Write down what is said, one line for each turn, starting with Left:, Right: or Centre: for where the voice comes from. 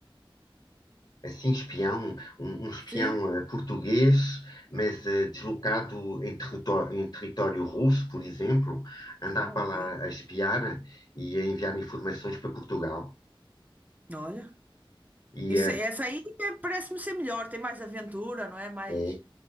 Left: Assim, espião, um, um espião
Right: Sim.
Left: eh, português, mas eh, deslocado em território, em território russo, por exemplo, andar
Right: Ah,
Left: para
Right: ok.
Left: lá a espiar e a enviar informações para Portugal.
Right: Olha,
Left: E,
Right: isso,
Left: eh,
Right: essa aí é- parece-me ser melhor, tem mais aventura, não é? Mais
Left: É.